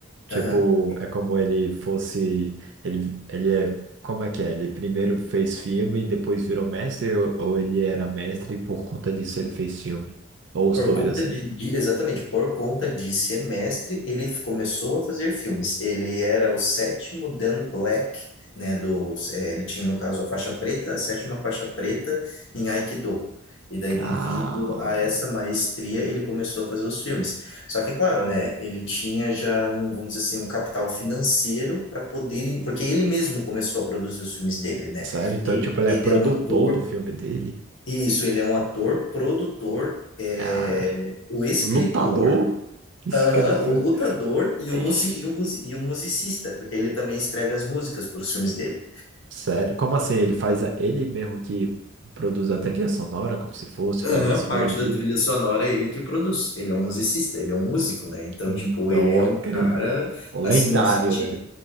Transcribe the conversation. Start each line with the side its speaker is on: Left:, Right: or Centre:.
Right: Tipo,
Left: aham.
Right: é como ele fosse. Ele, ele é. Como é que é? Ele primeiro fez filme e depois virou mestre? Ou, ou ele era mestre e por conta disso ele fez filme? Ou os
Left: Por
Right: dois,
Left: conta
Right: assim?
Left: de, de- exatamente, por conta de ser mestre, ele f- começou a fazer filmes. Ele era o sétimo Dan Black, né, do, é, ele tinha, no caso, a faixa preta, a sétima faixa preta em Aikido. E daí,
Right: Calma.
Left: devido a essa maestria, ele começou a fazer os filmes. Só que, claro, né, ele tinha já um, vamos dizer assim, um capital financeiro para poder, porque ele mesmo começou a produzir os filmes dele, né?
Right: Sério? Então,
Left: Ele,
Right: tipo, ele
Left: ele
Right: é produtor
Left: é um ator,
Right: do filme dele?
Left: isso, ele é um ator, produtor, é,
Right: Ah,
Left: o escritor,
Right: lutador, <laughs> escritor.
Left: aham, o lutador e o,
Right: Ixi,
Left: musi, e, o musi, e o musicista, porque ele também escreve as músicas para os filmes dele.
Right: Sério? Como assim? Ele faz a- ele mesmo que produz a trilha sonora, como se fosse, faz
Left: Aham,
Right: as melodias.
Left: parte da trilha sonora é ele que produz. Ele é um musicista, ele é um músico, né? Então,
Right: Então,
Left: tipo, ele é
Right: acredito.
Left: um cara,
Right: Lendário,
Left: assim, no sentido.
Right: né?